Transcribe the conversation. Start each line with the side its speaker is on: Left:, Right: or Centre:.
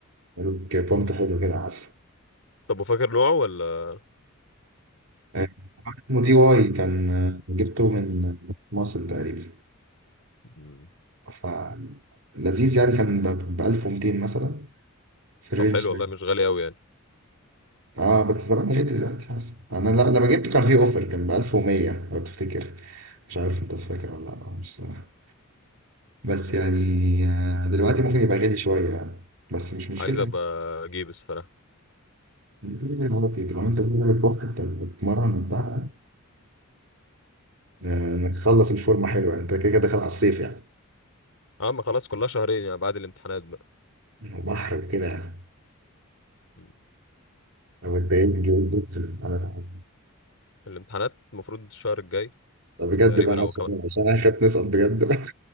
Right: ملوك بامب حلو كده عسل
Left: طب وفاكر نوعه ولا
Right: آه، اسمه دي واي كان آه، جبته من مصر تقريبا
Left: أمم.
Right: ف لذيذ يعني كان ب 1200 مثلا في الرينج
Left: طب حلو والله
Right: ده
Left: مش غالي قوي يعني
Right: اه بس طبعا غالي دلوقتي حسن. انا لا لما جبته كان في اوفر كان ب 1100 لو تفتكر مش عارف انت فاكر ولا لا مش صراحة. بس يعني آه، دلوقتي ممكن يبقى غالي شويه يعني بس مش مشكله
Left: عايز ابقى اجيب الصراحه
Right: دلوقتي لو انت بتعمل وقت انت بتتمرن بتاع آه، انك تخلص الفورمه حلوه انت كده كده داخل على الصيف يعني
Left: اه ما خلاص كلها شهرين يعني بعد الامتحانات بقى
Right: وبحر وكده يعني
Left: مم.
Right: لو اتضايقت جدا انا
Left: الامتحانات المفروض الشهر الجاي
Right: طب بجد
Left: تقريبا
Right: بقى عشان
Left: او كمان
Right: عشان انا خايف نسقط بجد <laughs>